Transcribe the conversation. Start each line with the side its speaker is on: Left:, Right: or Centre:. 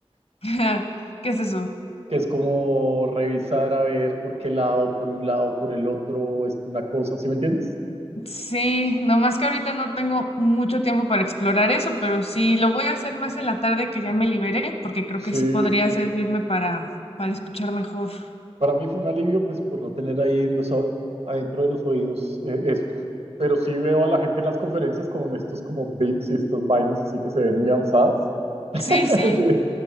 Left: <laughs> ¿Qué es eso?
Right: que es como revisar a ver por qué lado, por un lado, por el otro, es una cosa, ¿sí me entiendes?
Left: Sí, nomás que ahorita no tengo mucho tiempo para explorar eso, pero sí, lo voy a hacer más en la tarde que ya me liberé, porque creo
Right: Sí,
Left: que sí podría servirme para, para escuchar mejor.
Right: para mí fue un alivio pues por no tener ahí en los, o- adentro de los oídos eh, esto. Pero sí veo a la gente en las conferencias con estos como bits y estas vainas así que se ven muy avanzadas. <laughs>
Left: Sí, sí.
Right: Sí,